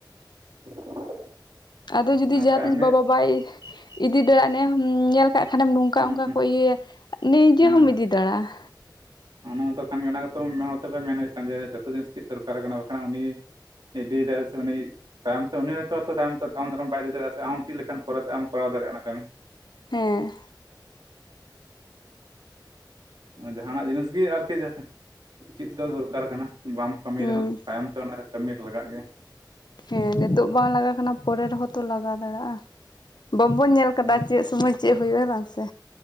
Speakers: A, on the right; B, on the left.
A: <inaudible>
B: ᱟᱫᱚ ᱡᱩᱫᱤ
A: ᱦᱮᱸ
B: ᱡᱟᱦᱟᱸ
A: ᱠᱟᱹᱢᱤ
B: ᱛᱤᱥ ᱵᱟᱵᱟ ᱵᱟᱭ ᱤᱫᱤ ᱫᱟᱲᱮᱭᱟᱜ ᱱᱮ ᱧᱮᱞ, ᱠᱟᱜ ᱠᱷᱟᱱᱮᱢ ᱱᱚᱝᱠᱟ
A: ᱦᱩᱸ
B: ᱚᱱᱠᱟ
A: ᱦᱩᱸ
B: ᱠᱚ ᱤᱭᱟᱹᱭᱟ ᱱᱤᱡᱮ
A: ᱦᱮᱸ
B: ᱦᱚᱢ
A: ᱦᱮᱸ
B: ᱤᱫᱤ ᱫᱟᱲᱮᱜᱼᱟ᱾
A: ᱚᱱᱟ ᱢᱟᱛᱚ ᱠᱟᱱ ᱜᱮ ᱚᱱᱟ ᱜᱮᱛᱚ ᱱᱮ ᱦᱚᱲ ᱢᱮᱱ ᱦᱩᱭᱩᱜ ᱠᱟᱱ ᱡᱮ ᱡᱚᱛᱚ ᱡᱤᱱᱤᱥ ᱪᱮᱫ ᱫᱚᱨᱠᱟᱨ ᱠᱟᱱᱟ ᱵᱟᱠᱷᱟᱱ ᱩᱱᱤ, ᱤᱫᱤ ᱫᱟᱭ ᱥᱮ ᱩᱱᱤ, ᱛᱟᱭᱚᱢ ᱛᱮ ᱩᱱᱤ ᱦᱚᱭᱛᱚ <unintelligible> ᱛᱟᱭᱚᱢ ᱫᱟᱨᱟᱢ ᱵᱟᱭ ᱤᱫᱤᱫᱟᱲᱮᱭᱟᱜᱼᱟ ᱥᱮ ᱟᱢ ᱪᱮᱫ ᱞᱮᱠᱟᱱ ᱯᱚᱨᱮᱛᱮ ᱟᱢ ᱠᱚᱨᱟᱣ ᱫᱟᱲᱮᱼᱟ ᱚᱱᱟ ᱠᱟᱹᱢᱤ᱾
B: ᱦᱮᱸ᱾
A: ᱚᱱᱟ ᱡᱟᱦᱟᱸᱱᱟᱜ ᱡᱤᱱᱤᱥ ᱜᱤ ᱟᱨᱠᱤ ᱡᱟ ᱪᱤᱫ ᱫᱚ ᱫᱚᱨᱠᱟᱨ ᱠᱟᱱᱟ᱾ ᱵᱟᱢ ᱠᱟᱹᱢᱤ
B: ᱦᱩᱸ
A: ᱨᱮᱦᱚᱸ ᱛᱟᱭᱚᱢ ᱛᱮ ᱚᱱᱟ ᱨᱮ ᱠᱟᱹᱢᱤ ᱨᱮ ᱞᱟᱜᱟᱜ ᱜᱮ᱾
B: ᱦᱮᱸ ᱱᱤᱛᱚᱜ ᱵᱟᱝ ᱞᱟᱜᱟ ᱠᱟᱱᱟ ᱯᱚᱨᱮ ᱨᱮᱦᱚᱸ ᱛᱚ ᱞᱟᱜᱟ ᱫᱟᱲᱟᱜᱼᱟ᱾ ᱵᱟᱹᱵᱩᱧ ᱧᱮᱞ ᱠᱟᱫᱟ
A: ᱦᱩᱸ
B: ᱪᱮᱫ ᱥᱚᱢᱚᱭ ᱪᱮᱫ ᱦᱩᱭᱩᱜᱼᱟ ᱵᱟᱝ ᱥᱮ,